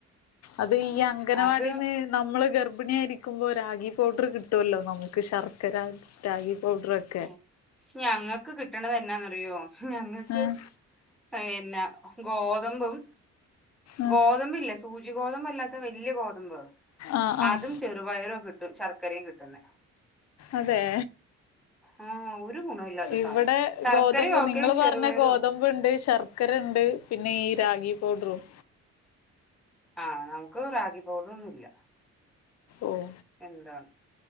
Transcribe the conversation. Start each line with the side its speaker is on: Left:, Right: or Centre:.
Left: അത്
Centre: ആഹ്
Left: ഈ അംഗനവാടിന്ന്
Centre: അത്
Left: നമ്മള് ഗർഭ ഭിണിയായിരിക്കുമ്പോൾ രാഗി പൗഡർ കിട്ടുമല്ലോ നമുക്ക് ശർക്കര രാഗി പൗഡർക്കെ
Centre: ഓഹ് ഞങ്ങൾക്ക് കിട്ടണത് എന്നന്നാന്ന്റിയോ ഞങ്ങൾക്ക്
Left: ആഹ്
Centre: പിന്നെ ഗോതമ്പും
Left: ആഹ്
Centre: ഗോതമ്പും ഇല്ലേ സൂചി ഗോതമ്പ് അല്ലാത്ത വ വല്യയ ഗോതുമമ്പ്
Left: ആഹ് ആഹ്
Centre: അതും ചെറുപയറും കിട്ടും ശർക്കരയും കിട്ടുന്ന
Left: അതെ
Centre: ആ ഒരു ഗുണമില്ലാത്ത
Left: ഇവിടെ
Centre: സാധനം ശർക്കരയും
Left: ഗോതമ്പ്
Centre: ഓക്കെ
Left: നിങ്ങള്
Centre: ചെറുപയറും
Left: പറഞ്ഞ ഗോതമ്പ്
Centre: ഓക്കെ
Left: ഉണ്ട് സർ ചക്കരണ്ട് പിന്നെ ഈ രാഗി പൗഡറും
Centre: ആഹ് നമുക്ക് റാഗി പൗഡർണ്ണും ഇല്ല
Left: ഓഹ്
Centre: എന്താ